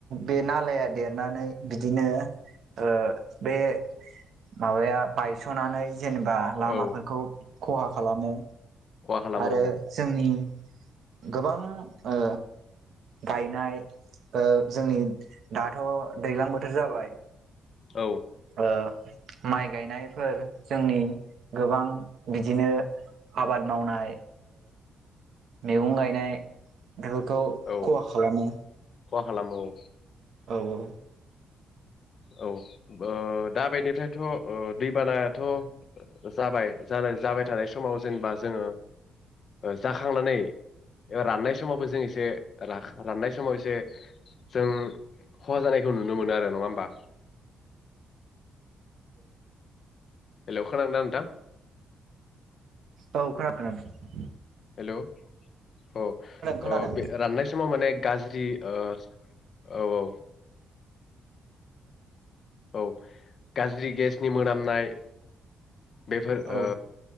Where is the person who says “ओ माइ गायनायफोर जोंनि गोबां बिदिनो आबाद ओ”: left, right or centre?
Right